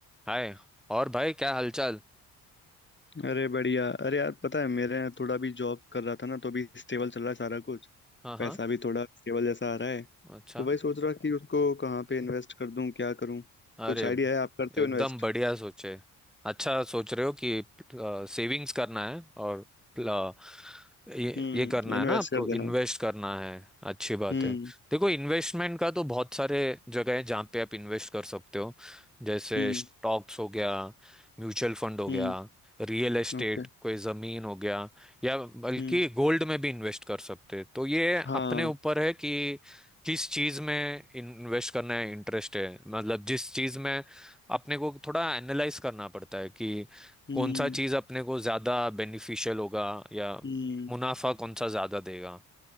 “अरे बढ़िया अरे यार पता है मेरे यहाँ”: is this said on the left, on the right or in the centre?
Left